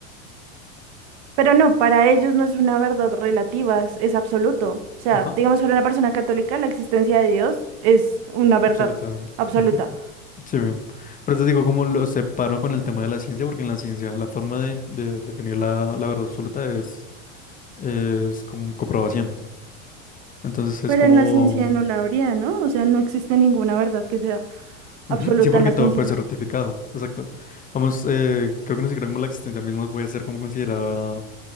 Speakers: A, on the right; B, on the left.
A: pero no, para ellos no es una verdad relativa, es, es absoluto. O sea,
B: Ajá,
A: digamos, para una persona católica, la existencia de Dios es una verdad
B: absoluta.
A: absoluta.
B: Ujú, Sí, bien. Por eso digo, como lo separo con el tema de la ciencia, porque en la ciencia la forma de, de definir la, la verdad absoluta es, es como comprobación. Entonces
A: Pero
B: es como
A: en la ciencia no la habría, ¿no? O sea, no existe ninguna verdad que sea absoluta
B: Ujú, Sí, porque
A: en la
B: todo
A: ciencia.
B: puede ser ratificado. Exacto. Vamos, eh, creo que ni siquiera como la existencia misma puede ser como considerada